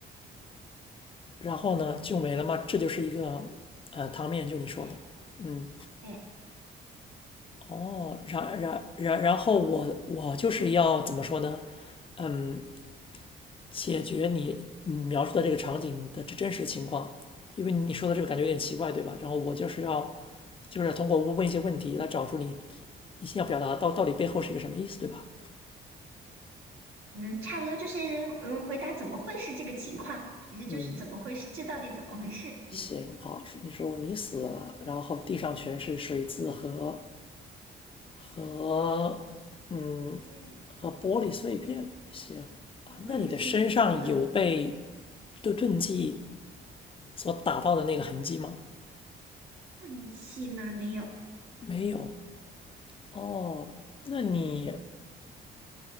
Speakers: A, on the left; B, on the right.
A: 然后呢，就没了吗？这就是一个呃汤面，就你说的。
B: 对
A: 嗯，
B: 对。
A: 哦，然然然然后我我就是要怎么说呢？嗯。解决你描述的这个场景的真实情况，因为你说的这个感觉有点奇怪，对吧？然后我就是要，就是通过问一些问题来找出你你要表达到到底背后是一个什么意思，对吧？
B: 嗯，差不多就是嗯，回答怎么会是这个情况，其实就是怎么回事，
A: 嗯，
B: 这到底怎么回事？嗯
A: 行，好，你说你死了，然后地上全是水渍和和嗯和玻璃碎片，
B: 玻璃，
A: 行啊，
B: 被玻璃碎片我死，
A: 那你的身上有被钝钝器所打到的那个痕迹吗？
B: 运气吗？没有，
A: 没有哦，那你